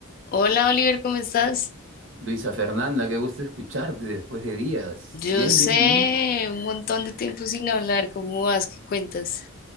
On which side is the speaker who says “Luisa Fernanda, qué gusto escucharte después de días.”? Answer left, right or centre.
Right